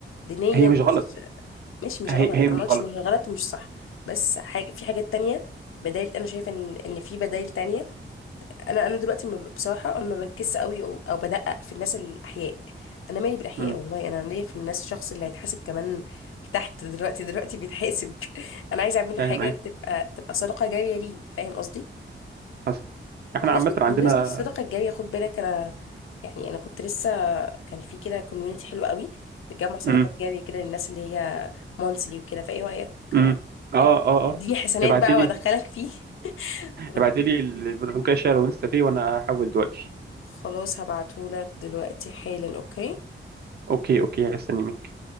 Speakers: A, on the left (about 85°); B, on the right (about 50°).
A: دينيا
B: هي مش غلط
A: مش ماشي مش
B: هي
A: غلط
B: هي مش
A: انا ما قلتش
B: غلط
A: مش غلط ومش صح بس حاجة في حاجات تانية بدايل انا شايفة ان ان في بدايل تانية انا انا دلوقتي ما ب- بصراحه انا ما بركزش قوي او, أو بدقق في الناس الاحياء انا مالي بالاحياء
B: امم
A: والله انا ليا في الناس الشخص اللي هيتحاسب كمان تحت دلوقتي دلوقتي بيتحاسب <laughs> انا عايزه اعمل له
B: فاهم
A: حاجه
B: ايه
A: تبقى تبقى صدقه جاريه ليه فاهم قصدي
B: حصل احنا
A: بمناسبه
B: عامه عندنا
A: بمناسبه الصدقه الجاريه خد بالك انا يعني انا كنت لسه كان في كده كوميونتي حلو قوي بتجمع صدقات
B: امم
A: جاريه كده للناس اللي هي مونثلي وكده فايه رايك
B: امم اه
A: يعني
B: اه
A: تديني
B: اه
A: حسنات
B: ابعتي
A: بقى
B: لي
A: وادخلك فيه <laughs> وت...
B: ابعتي لي الفودافون كاش شير وانستا باي وانا هحول دلوقتي
A: خلاص هبعتهولك دلوقتي حالا اوكي
B: اوكي اوكي هستني منك